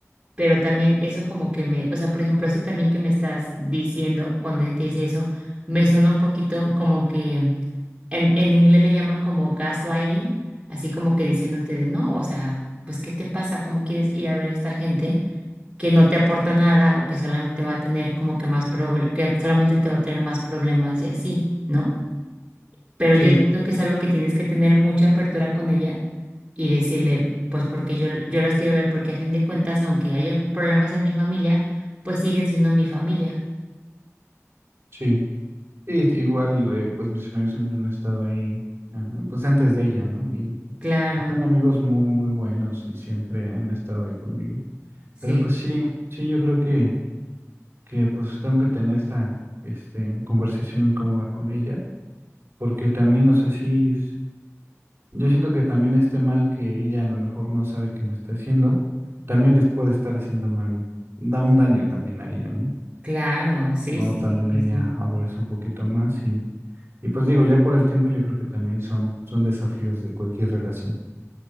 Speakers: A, on the right; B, on the right.
A: Pero también eso como que me, o sea, por ejemplo, eso también que me estás diciendo cuando ella te dice eso, me suena un poquito como que en, en inglés le llaman como gaslighting, así como que diciéndote de no, o sea, pues ¿qué te pasa? ¿Cómo quieres ir a ver a esta gente? que no te aporta nada o que solamente va a tener como que más proble- que solamente te va a traer más problemas y así, ¿no? Pero
B: Sí,
A: yo siento que es algo que tienes que tener mucha apertura con ella y decirle, pues porque yo, yo las quiero ver, porque a fin de cuentas, aunque haya problemas en mi familia, pues siguen siendo mi familia.
B: sí. Y igual, eh, pues mis amigos siempre han estado ahí, eh, pues antes de ella, ¿no? Y
A: Claro,
B: son amigos muy, muy buenos y siempre han estado ahí conmigo.
A: sí,
B: Pero pues sí, sí, yo creo que, que pues tengo que tener esta, este, conversación incómoda con ella, porque también, o sea, sí, Yo siento que también este mal que ella a lo mejor no sabe que me está haciendo, también les puede estar haciendo mal, da un daño también a ella, ¿no?
A: claro, sí,
B: No,
A: sí,
B: también
A: sí, sí,
B: ella
A: sí.
B: abraza un poquito más y, y pues digo, ya por el tiempo yo creo que también son, son desafíos de cualquier relación.